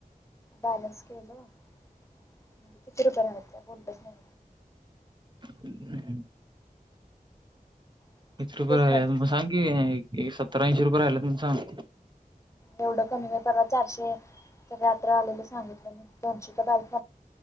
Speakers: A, on the left; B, on the right.
A: बॅलन्स केलं म्हंजे किती रुपया राहं त्यां कोणतंच नाहीं
B: हं
A: सुचतच
B: वीस रुपये राहिले
A: नाही किती
B: मंग
A: सांगाव.
B: सांग की एक सत्तर ऐंशी रुपये राहिला ते मगं सांग
A: एवढं कमी आहे पर्वा चारशे तरं यांत्रा आलेलं सांगितलं मं दोनशे कां बलं